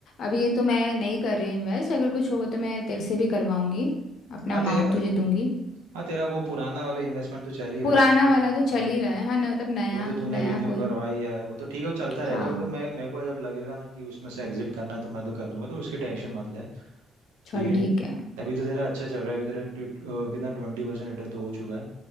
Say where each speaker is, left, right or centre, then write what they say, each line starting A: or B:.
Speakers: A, on the left (about 65°); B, on the right (about 80°).
A: अभी तो मैं नहीं कर रही इन्वेस्ट अगर कुछ होगा तो मैं तेरे से भी करवाऊंगी अपना
B: हाँ
A: अमाउंट
B: तेरा
A: तुझे दूंगी
B: हाँ तेरा वो पुराना वाला इन्वेस्टमेंट तो चल ही रहा
A: पुराना
B: है उसको
A: वाला तो चल
B: हाँ।
A: ही रहा है हाँ न- मतलब नया
B: वो तो तूने
A: नया
B: रिन्यू करवाई
A: कोई
B: है वो तो ठीक है वो चलता
A: हाँ
B: रहेगा वो तो मैं मेरे को जब लगेगा ना कि उसमें से एग्जिट करना है तो मैं तो कर दूंगा तो उसकी टेंशन मत ले ठीक
A: चल
B: है
A: ठीक है
B: अभी तो तेरा अच्छा चल रहा है अभी तेरा ट्व- अ, कितना ट्वेंटी परसेंट रिटर्न तो हो चुका है